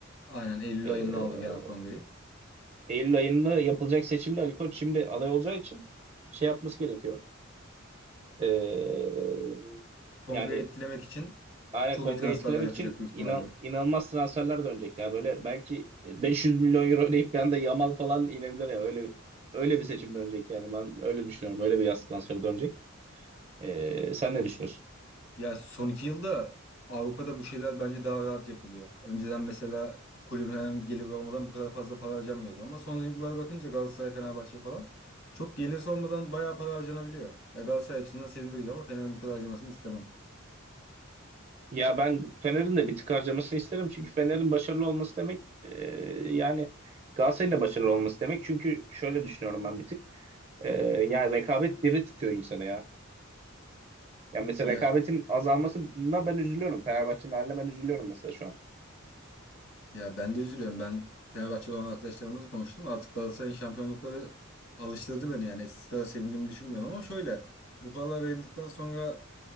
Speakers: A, on the left; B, on the right.
A: Aynen Eylül
B: Ee,
A: ayında aldı Genel Kongre'yi.
B: Eylül ayında yapılacak seçimde Ali Koç şimdi aday olacağı için şey yapması gerekiyor. Ee,
A: Kongre'yi
B: yani
A: etkilemek için
B: aynen
A: çok
B: kongreyi
A: iyi transferler
B: etkilemek
A: yapacak
B: için
A: büyük ihtimalle.
B: inan, inanılmaz transferler dönecek ya. Böyle belki 500 milyon euro ödeyip bir anda Yamal falan inebilir ya. Öyle öyle bir seçim dönecek yani. Ben öyle düşünüyorum. Öyle bir yaz transferi dönecek. Ee, sen ne düşünüyorsun?
A: Ya son iki yılda Avrupa'da bu şeyler bence daha rahat yapılıyor. Önceden mesela kulübün herhangi bir olmadan bu kadar fazla para harcanmıyordu. Ama son yıllara bakınca Galatasaray, Fenerbahçe falan çok gelirse olmadan bayağı para harcanabiliyor. Ya Galatasaray açısından sevindirici ama Fener'in bu kadar harcamasını istemem.
B: Ya ben Fener'in de bir tık harcamasını isterim. Çünkü Fener'in başarılı olması demek e, yani Galatasaray'ın da başarılı olması demek. Çünkü şöyle düşünüyorum ben bir tık. E, yani rekabet diri tutuyor insanı ya. Yani mesela
A: Ya
B: rekabetin azalmasına ben üzülüyorum. Fenerbahçe'nin haline ben üzülüyorum mesela şu an.
A: Ya ben de üzülüyorum. Ben Fenerbahçeli olan arkadaşlarımızla konuştum. Artık Galatasaray'ın şampiyonlukları alıştırdı beni yani. Eskisi kadar sevindiğimi düşünmüyorum ama şöyle. Bu paralar verildikten sonra